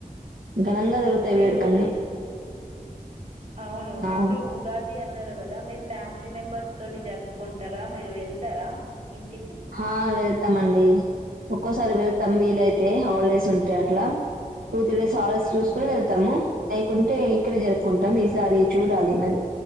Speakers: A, on the right; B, on the right.
A: ఘనంగా జరుగుతాయి
B: మీరు
A: వేడుకలన్నీ
B: అవును
A: ఆ
B: ఇప్పుడు ఉగాది అన్నారు కదా మీ ఫ్యామిలీ మెంబర్స్ తోటి జరుపుకుంటారా మీరు వెళ్తారా ఇంటి
A: హా వెళ్తామండి ఒక్కోసారి వెళతాం వీలయితే హౌలిడేస్ ఉంటే అట్లా టూ త్రీ డేస్ ఆల్డేస్
B: ఊహు
A: చూసుకుని వెళ్తాము లేకుంటే ఇక్కడే జరుపుకుంటాం ఈసారి చూడాలి మరి